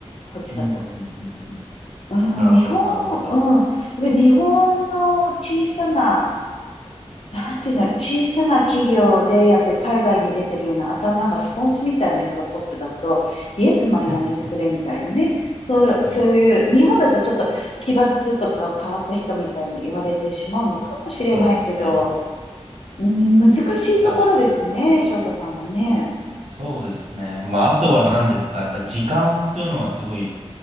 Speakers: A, on the left (about 60°); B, on the right (about 80°).
A: こっちだと。
B: うんうんうんうんうん
A: うん、
B: なるほど、
A: 日本、
B: なるほど。
A: うん。だから日本の小さななんていうの、小さな企業で、やっぱり海外に出てるような頭がスポンジみたいな人がトップだと、イエスマンやめてくれみたいなね。
B: <laughs>
A: そういう、
B: うん、
A: そういう、日本だとちょっと奇抜とか変わった人みたいに言われてしまうのかもしれないけど、
B: そうですね。
A: うん、難しいところですね、
B: 確かに。
A: 翔太さんもね。
B: そうですね。まあ、あとは何ですか。やっぱ時間というのはすごい